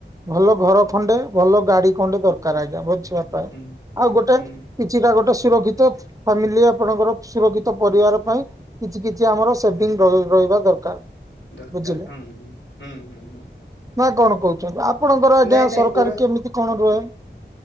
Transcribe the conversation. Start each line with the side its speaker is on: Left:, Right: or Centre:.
Right: ଭଲ ଘର ଖଣ୍ଡେ ଭଲ ଗାଡି ଖଣ୍ଡେ ଦରକାର ଆଜ୍ଞା। ମୋ ଛୁଆ ପାଇଁ।
Left: ହୁଁ
Right: ଆଉ ଗୋଟେ
Left: ହୁଁ
Right: କିଛିଟା ଗୋଟେ ସୁରକ୍ଷିତ ଫାମିଲି ଆପଣଙ୍କର ସୁରକ୍ଷିତ ପରିବାର ପାଇଁ। କିଛି କିଛି ଆମର ସେଭିଙ୍ଗ ରହିବା ଦରକାର।
Left: ଦରକାର
Right: ବୁଝିଲେ
Left: ହୁଁ ହୁଁ ହୁଁ ହୁଁ।
Right: ନା କଣ କହୁଛନ୍ତି। ଆପଣଙ୍କର ଆଜ୍ଞା
Left: ନାଇଁ ନାଇଁ
Right: ସରକାର
Left: ପୁରା
Right: କେମିତି କଣ ରୁହେ?